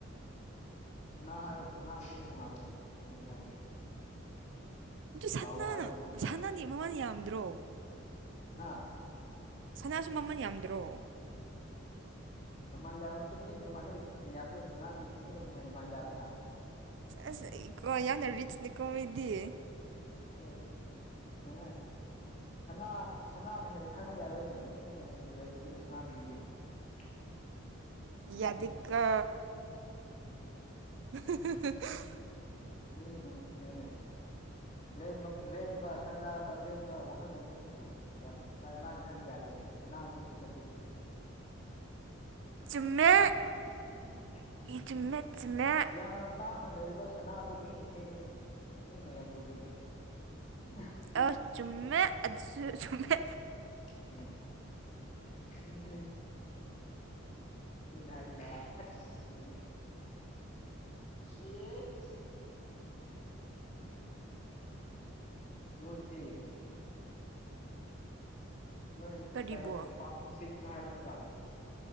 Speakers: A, on the left (about 35°); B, on the right (about 60°).
A: ꯁꯅꯥꯍꯜ ꯁꯅꯥꯒꯤ ꯇꯣꯡꯉꯥꯜꯂꯤꯅ ꯑꯗꯨꯏ ꯍꯥꯏꯕꯅꯤ
B: ꯑꯗꯨ ꯁꯅꯥꯅ
A: ꯀꯥꯎꯕ ꯍꯥꯏꯕꯁꯤꯗꯤ
B: ꯁꯅꯥꯗꯤ ꯃꯃꯜ ꯌꯥꯝꯗ꯭ꯔꯣ
A: ꯍꯥ
B: ꯁꯅꯥꯁꯨ ꯃꯃꯜ ꯌꯥꯝꯗ꯭ꯔꯣ
A: ꯃꯃꯥꯡ ꯌꯥꯔꯃꯁꯨ ꯃꯤꯁꯨ ꯃꯅ ꯌꯥꯝꯗꯦꯅꯥꯗꯤ ꯃꯤꯅ ꯑꯗꯨꯝꯅꯦ ꯃꯃꯥꯡ ꯌꯥꯕꯅꯤꯅ
B: ꯑꯁꯣ ꯌꯥꯝꯅ ꯔꯤꯆꯅꯦ ꯀꯣꯃꯤꯗꯤꯌꯦ
A: ꯎ ꯎꯝ ꯁꯅꯥ ꯁꯅꯥꯅ ꯍꯦꯟꯅ ꯈꯪꯕ ꯌꯥꯔꯣꯏꯅꯦ ꯃꯤꯅ ꯍꯦꯟꯅ ꯌꯥꯝ ꯂꯨꯏꯅꯦ ꯁꯅꯥꯗꯒꯤꯗꯤ <unintelligible> ꯑꯗꯨꯅꯤꯅꯦ
B: ꯌꯥꯀ <unintelligible>
A: ꯃꯤ ꯏꯅꯦ ꯦꯡ ꯂꯦꯡꯕ ꯆꯥꯛ ꯆꯥꯕ ꯂꯦꯡꯕ ꯋꯥꯈꯜꯅꯕ ꯃꯤꯕꯨ ꯌꯥꯝꯅ ꯂꯥꯏ ꯂꯥꯏꯅ ꯈꯟꯕꯦꯗꯅꯦ ꯁꯅꯥꯗꯤ ꯅꯠꯇꯦꯅꯦ
B: ꯨꯝꯃꯦ
A: ꯎꯝ
B: ꯆꯨꯝꯃꯦ ꯆ ꯃ
A: ꯌꯥꯝꯅ ꯇꯥꯡꯅ ꯂꯩꯔꯤꯕ ꯁꯅꯥꯗꯣ ꯃꯤꯅ ꯁꯦꯝꯕꯅꯤꯅꯦ ꯃꯤꯅ ꯌꯥꯝ ꯂꯨꯗꯣꯏꯅꯦ ꯎ
B: ꯑ ꯆꯨꯝꯃꯦꯁꯨ ꯆꯨꯝꯃꯦ
A: ꯎꯝ ꯎꯝ ꯕꯤꯗ ꯌꯦꯠ ꯅ ꯑꯗꯨꯗꯤ ꯅꯣꯏ ꯂꯗꯥꯏꯗ
B: ꯀꯔꯤꯕꯣ
A: ꯇꯝꯄꯥꯛꯁꯨ ꯆꯤꯡꯁꯨ ꯍꯥꯏꯕ ꯅꯠꯇ꯭ꯔꯥ